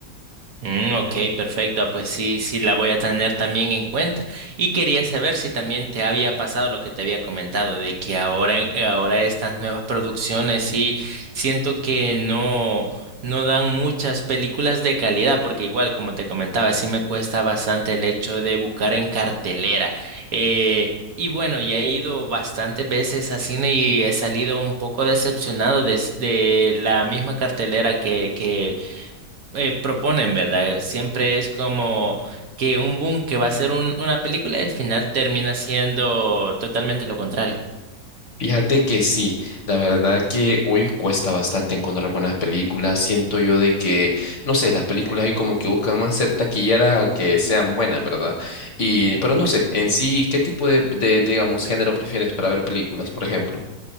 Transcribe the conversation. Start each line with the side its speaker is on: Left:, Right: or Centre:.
Right: Mm, ok, perfecto. Pues sí, sí, la voy a tener también en cuenta. Y quería saber si también te había pasado lo que te había comentado, de que ahora, en- ahora estas nuevas producciones sí siento que no, no dan muchas películas de calidad, porque igual, como te comentaba, sí me cuesta bastante el hecho de buscar en cartelera. Eh, y bueno, ya he ido bastantes veces a cine y he salido un poco decepcionado de, de la misma cartelera que, que eh, proponen, ¿verdad? Siempre es como que un boom que va a ser un- una película y al final termina siendo totalmente lo contrario.
Left: Fíjate que sí, la verdad que hoy cuesta bastante encontrar buenas películas. Siento yo de que, no sé, las películas hoy como que buscan más ser taquilleras a que sean buenas, ¿verdad? Y, pero no sé, en sí, ¿qué tipo de, de, digamos, género prefieres para ver películas, por ejemplo?